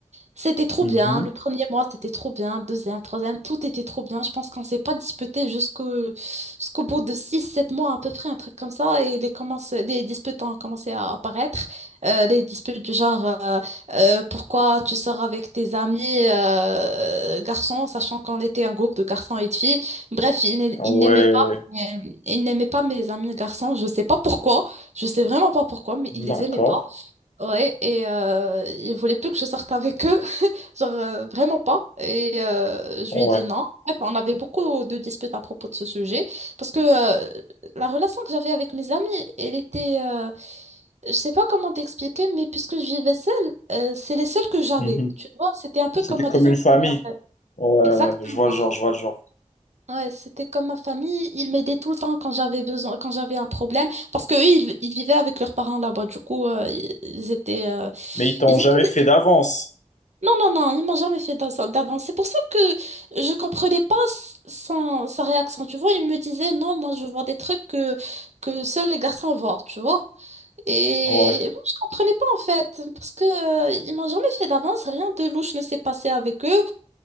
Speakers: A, on the right; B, on the left.
A: C'était trop
B: Mhm.
A: bien. Le premier mois, c'était trop bien. Deuxième, troisième, tout était trop bien. Je pense qu'on s'est pas disputé jusqu'au jusqu'au bout de six, sept mois à peu près, un truc comme ça. Et les, commence, les disputes ont commencé à apparaître. Euh, des disputes du genre, euh, euh, pourquoi tu sors avec tes amis euh, garçons, sachant qu'on était un groupe de garçons et de filles. Bref, il n'a-
B: Ah
A: il
B: ouais,
A: n'aimait pas, mes- il n'aimait pas mes amis garçons. Je sais pas pourquoi. Je sais vraiment pas pourquoi, mais il les
B: d'accord.
A: aimait pas. Ouais, et euh, il voulait plus que je sorte avec eux, <laughs> genre euh, vraiment pas. Et euh, je
B: Ouais.
A: lui ai dit non. Ouais, bah, on avait beaucoup de disputes à propos de ce sujet, parce que euh, la relation que j'avais avec mes amis, elle était, euh, je sais pas comment t'expliquer, mais puisque je vivais seule, euh, c'est les seules que j'avais.
B: Mhm.
A: Tu vois, c'était un peu
B: C'était
A: comme ma
B: comme
A: deuxième
B: une famille.
A: famille en fait.
B: Ouais,
A: Exactement.
B: ouais, je vois le genre, je vois le genre.
A: Ouais, c'était comme ma famille, ils m'aidaient tout le temps quand j'avais besoin, quand j'avais un problème, parce que eux, ils, ils vivaient avec leurs parents là-bas, du coup, euh, ils ils étaient, euh,
B: Mais ils t'ont
A: ils
B: jamais
A: étaient,
B: fait d'avance.
A: non, non, non, ils m'ont jamais fait d'av- d'avance. C'est pour ça que je comprenais pas s- son- sa réaction, tu vois, il me disait, non, moi, je vois des trucs que, que seuls les garçons voient, tu vois, et
B: Ouais.
A: moi, je comprenais pas, en fait, parce que, euh, ils m'ont jamais fait d'avance, rien de louche ne s'est passé avec eux,